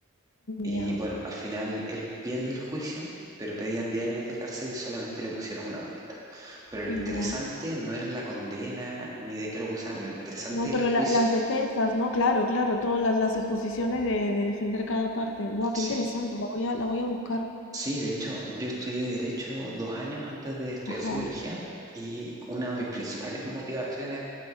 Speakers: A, on the right; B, on the left.
A: Y
B: Ya,
A: bueno, al final él pierde el juicio, pero pedían 10 años de cárcel y solamente le pusieron una multa. Pero lo
B: ya.
A: interesante no es la condena ni de qué lo acusaban, lo interesante
B: No,
A: es
B: pero
A: el juicio.
B: la- las defensas, ¿no? Claro, claro, todas las, las exposiciones de, de defender cada parte. Buah,
A: Sí,
B: qué interesante, la voy a, la voy a buscar.
A: sí, de hecho, yo estudié derecho dos años antes de estudiar
B: Ajá.
A: psicología y una de mis principales <laughs> motivaciones